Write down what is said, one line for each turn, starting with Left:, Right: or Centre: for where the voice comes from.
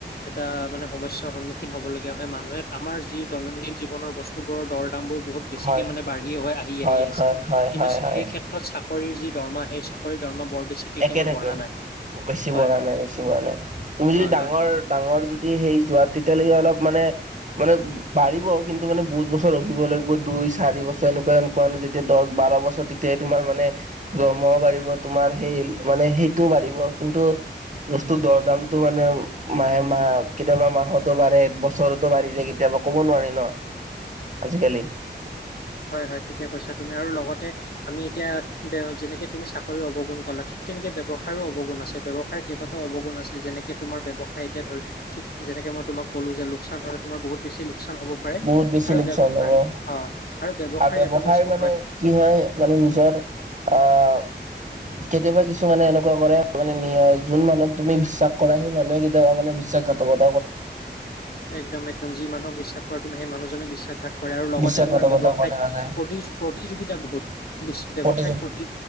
Left: এটা মানে সমস্যাৰ সন্মুখীন হ'ব লগীয়া হয় মানুহে আমাৰ যি দৈনন্দিন জীৱনৰ বস্তু বোৰৰ দৰ দাম বোৰ বহুত বেছিকে
Right: হয়
Left: মানে বাঢ়ি আহি
Right: হয়
Left: আহি আহিছে
Right: হয় হয়
Left: কিন্তু
Right: হয়
Left: সেই
Right: হয়
Left: ক্ষেত্ৰত চাকৰি যি দৰমহা সেই চাকৰিৰ দৰমহা বৰ। বেছিকে
Right: একে
Left: কিন্তু
Right: থাকে
Left: বঢ়া নাই
Right: বেছি
Left: হয়
Right: বঢ়া নাই বেছি বঢ়া নাই তুমি যদি
Left: হয়
Right: ডাঙৰ
Left: হয়
Right: ডাঙৰ যদি সেই যোৱা তেতিয়ালৈকে অলপ মানে মানে বাঢ়িব কিন্তু মানে বহুত বছৰ ৰখিব লাগিব দুই চাৰি বছৰ এনেকুৱা এনেকুৱা নো যেতিয়া দহ বাৰ বছৰ তেতিয়াহে তোমাৰ মানে দৰমহাও বাঢ়িব তোমাৰ। সেই মানে সেইটোও বাঢ়িব কিন্তু বস্তুৰ দৰ দামটো মানে মাহে মাহ কেতিয়াবা মাহতো বাঢ়ে বছৰতো বাঢ়ি যায় কেতিয়াবা ক'ব নোৱাৰি ন আজিকালি।
Left: হয় হয় ঠিকে কৈছা তুমি আৰু লগতে আমি এতিয়া যেনেকে তুমি চাকৰি অৱগুণ কলা ঠিক তেনেকে ব্যয়ৱসায়ো অৱগুণ আছে। ব্যৱসায় কেইবাটাও অৱগুণ আছে যেনেকে তোমাৰ ব্যয়সায় এতিয়া ধৰি ঠিক যেনেকে মই তোমাক ক'লো যে লোকচান হলে তোমাৰ বহুত বেছি লোকচান হ'ব পাৰে
Right: বহুত বেছি
Left: আৰু
Right: লোকচান
Left: ব্যৱসায়
Right: হ'ব
Left: হয় ব্যৱসায়ত
Right: আৰু
Left: এটা
Right: ব্যৱসায়
Left: বস্তু
Right: মানে কি হয় মানে নিজৰ আহ। কেতিয়াবা কিছুমানে এনেকুৱা কৰে মানে যোন মানুহক তুমি বিশ্বাস কৰা সেই মানুহে কেতিয়াবা মানে বিশ্বাসঘাত কৰে।
Left: একদম এক্দম যি মানুহক বিশ্বাস কৰা তুমি সেই মানুহজনে প্ৰত্যঘাত কৰে আৰু লগতে
Right: বিশ্বাসঘাতকতা
Left: তোমাৰ ব্য্ৱসায়ত
Right: কৰা দেখা যায়
Left: প্ৰতি প্ৰতিযোগিতা বহুত ব্যয়ৱসায়ত
Right: প্ৰতিযোগ
Left: প্ৰতি